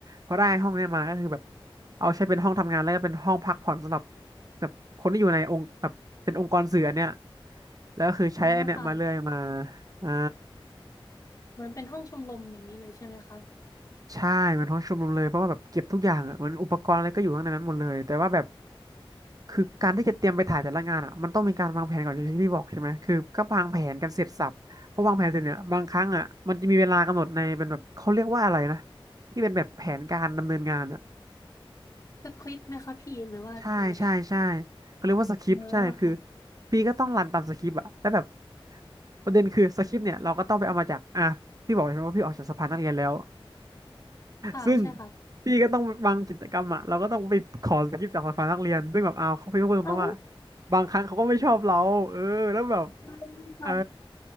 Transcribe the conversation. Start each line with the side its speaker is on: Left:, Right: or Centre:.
Right: พอได้ห้องเนี้ยมาก็คือแบบเอาใช้เป็นห้องทำงานแล้วก็เป็นห้องพักผ่อนสำหรับแบบคนที่อยู่ในองค์แบบเป็นองค์กรสื่ออันเนี้ยแล้วก็คือใช้อันเนี้ยมาเรื่อยมา
Left: อ่าค่ะ
Right: อ่า
Left: เหมือนเป็นห้องชมรมอย่างนี้เลยใช่ไหมคะ
Right: ใช่มันห้องชุมนุมเลยเพราะว่าแบบเก็บทุกอย่างอ่ะมันอุปกรณ์อะไรก็อยู่ข้างในนั้นหมดเลยแต่ว่าแบบคือการที่จะเตรียมไปถ่ายแต่ละงานอ่ะมันต้องมีการวางแผนก่อนอย่างที่พี่บอกใช่ไหมคือก็วางแผนกันเสร็จสรรพพอวางแผนเสร็จเนี่ยบางครั้งอ่ะมันจะมีเวลากำหนดในเป็นแบบเขาเรียกว่าอะไรนะที่เป็นแบบแผนการดำเนินงานอ่ะ
Left: อืมสคริปต์ไหมคะพี่หรือว่ายังไง
Right: ใช่ใช่ใช่เขาเรียกว่าสคริปต์ใช่คือ
Left: อ่าค่ะ
Right: พี่ก็ต้องรันตามสคริปต์อ่ะแล้วแบบประเด็นคือสคริปต์เนี่ยเราก็ต้องไปเอามาจากอ่ะพี่บอกเลยใช่ไหมว่าพี่ออกจากสภานักเรียนแล้ว
Left: ค่ะใช่ค่ะ
Right: ซึ่งพี่ก็ต้องบางกิจกรรมอ่ะเราก็ต้องไปขอสคริปต์จากฝ่ายนักเรียนซึ่งแบบเอาวเขาพี่ก็พูดตรงๆว่า
Left: เอา
Right: บางครั้งเขาก็ไม่ชอบเราเออแล้วแบบ
Left: <laughs> ค่ะ
Right: เออ